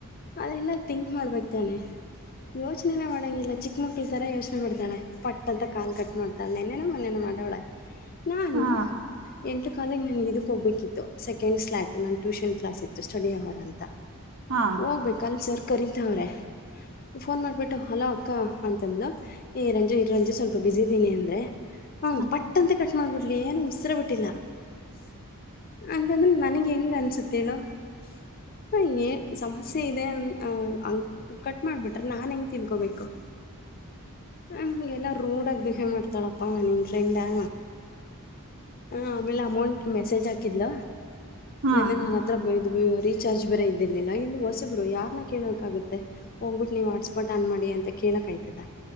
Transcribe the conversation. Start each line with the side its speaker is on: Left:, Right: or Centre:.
Left: ಅದೆಲ್ಲ ಥಿಂಕ್ ಮಾಡ್ಬೇಕು ತಾನೆ? <inaudible> ಯೋಚನೆನ ಮಾಡೋಂಗಿಲ್ಲ ಚಿಕ್ಕ ಮಕ್ಳ ತರ ಯೋಚನೆ ಮಾಡ್ತಾಳೆ! ಪಟ್ ಅಂತ ಕಾಲ್ ಕಟ್ ಮಾಡು. <inaudible> ನೆನ್ನೆನೋ ಮೊನ್ನೆ ಮಾಡವ್ಳೆ ನಾನು.
Right: ಹಾ
Left: <unintelligible> ಎಂಟು ಕಾಲಕ್ಕೆ ನನಗೆ ಇದಕ್ಕೆ ಹೋಗ್ಬೇಕಿತ್ತು ಸೆಕಂಡ್ ಸ್ಲ್ಯಾಟ್ ನು ಟ್ಯೂಷನ್ ಕ್ಲಾಸ್ ಇತ್ತು ಸ್ಟಡಿ ಅವರ್ ಅಂತ? <inaudible>
Right: ಹಾ! <inaudible>
Left: ಹೋಗ್ಬೇಕ ಅಲ್ಲಿ ಸರ್ ಕರೀತವ್ರೆ ಫೋನ್ ಮಾಡಿಬಿಟ್ಟು ಹಲೋ ಅಕ್ಕ ಅಂತ ಅಂದ್ಲು. <inaudible> ಏ ಇರೋದು ಇರೋದು ಸ್ವಲ್ಪ ಬಿಸಿದ್ದೀನಿ ಅಂದರೆ! <inaudible> ಹ್ಮ
Right: ಹ
Left: ಪಟ್ಟಂತ ಕಟ್ ಮಾಡ್ಬಿಡ್ಲಿ ಏನು ಉಸಿರೆ ಬಿಟ್ಟಿಲ್ಲ. <inaudible> ಹಂಗಂದ್ರೆ ನನಗ್ ಹೆಂಗ್ ಅನಿಸುತ್ತೆ ಹೇಳು? <inaudible>
Right: <inaudible> <unintelligible>
Left: ಹ ಏ ಸಮಸ್ಯೆ ಇದೆ ಅ ಹಂಗು ಕಟ್ ಮಾಡುಬಿಟ್ರೆ ನಾ ಹೆಂಗ್ ತಿನ್ಕೊಬೇಕು? <inaudible>
Right: <inaudible> <unintelligible>
Left: ಹಾಯ್ ಏನೋ ರೂಡಗಿ ಬಿಹೇವ್ ಮಾಡ್ತಾಳಪಾ ನೀನೂ ಫ್ರೆಂಡ? <inaudible> ಹೂ ಆಮೇಲೆ ಅಮೌಂಟ್ ಮೆಸೇಜ್ ಹಾಕಿದ್ಲ
Right: ಹಾ
Left: ಏನು ನಂಗೆ. <inaudible> ಇದು ರೀಚಾರ್ಜ್ ಬೇರೆ ಇದ್ದರ್ಲಿಲ್ಲ! ಇನ್ನು ಹೊಸಬರು ಯಾರನ್ನ ಕೇಳಕ್ ಆಗುತ್ತೆ ಹೋಗ್ಬಿಟ್ಟ. <inaudible> ನೀವು ಹಾಟ್ಸ್ಪಾಟ್ ಆನ್ ಮಾಡಿ ಅಂತ ಕೇಳಕೆ ಆಯ್ತದ